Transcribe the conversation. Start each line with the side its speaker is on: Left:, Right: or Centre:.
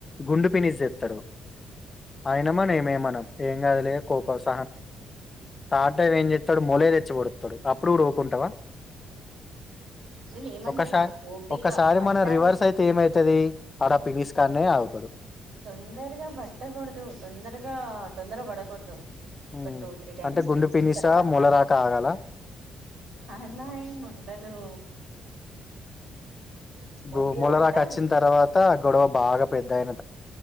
Left: గుండు పినిస్ తెత్తరు అయనమాన ఏమే మనం ఏం గాద్ లే కోపస్ తాట్ టైం ఏం చేత్తడు మొలే తెచ్చి పొడుత్తడు అప్పుడు గూడా ఉకుంటావా
Right: నేను ఏమంటున్నా
Left: ఒకసారి
Right: ఓపిక
Left: ఒకసారి
Right: పట్టాలి
Left: మనం రివర్స్ అయితే ఏమైతది అడ పినిస్ కాన్నే అగు
Right: తొందరగా పట్టకూడదు తొందరగా తొందర పడకూడదు ఒక
Left: ఉమ్
Right: టూ త్రీ టైమ్స్
Left: అంటే గుండు
Right: చూసిన
Left: పినిసా
Right: తర్వాత
Left: మొలరాక ఆగాల
Right: అలా ఎం ఉండదు
Left: గో
Right: ఓపిక
Left: ములదాక
Right: పట్టాలి
Left: అచ్చిన తర్వాత గొడవ బాగా పెద్దగయిన